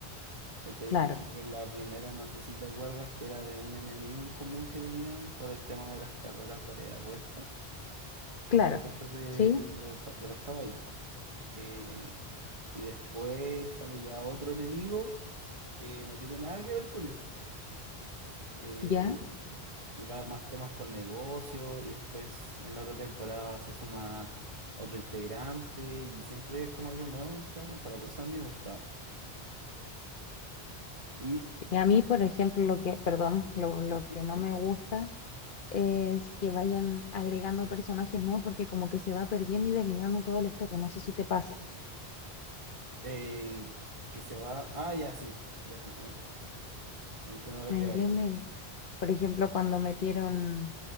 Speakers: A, on the right (about 30°); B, on the left (about 55°).
A: ¿Cachai?
B: Claro.
A: Por ejemplo, en la primera, no sé si te acuerdas, que era de un enemigo en común que tenían por el tema de las carreras de apuestas,
B: Claro,
A: las apuestas de
B: sí,
A: los, ca- de los caballos. Eh, y después sale ya otro enemigo que no tiene nada que ver con eso. Eh,
B: ya.
A: y va más temas con negocio y después en otra temporada se suma otro integrante y siempre es como algo nuevo en cada temporada. Por eso a mí me ha gustado. Y
B: Sí, A mí, por ejemplo, lo que, perdón, lo, lo
A: Sí,
B: que no
A: sí.
B: me gusta es que vayan agregando personajes nuevos porque como que se va perdiendo y desligando todo la historia. No sé si te pasa,
A: Eh, que se va. Ah, ya sí, ya entiendo. Entiendo lo
B: ¿me
A: que
B: entienden?
A: va ahí.
B: Por ejemplo, cuando metieron